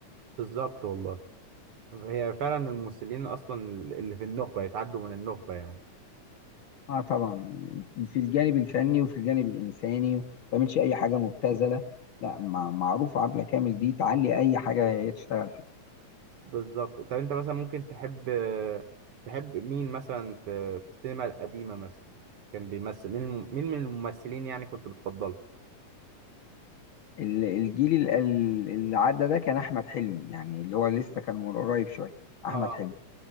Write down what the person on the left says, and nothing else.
اه طبعا في الجانب الفني وفي الجانب الإنساني ما تعملش أي حاجة مبتذلة لا مع... معروف عبلة كامل دي تعلي أي حاجة هي تشتغل فيها
ال- الجيل ال- ال- اللي عدى ده كان احمد حلمي يعني اللي هو لسه كان من قريب شويه احمد
حلمي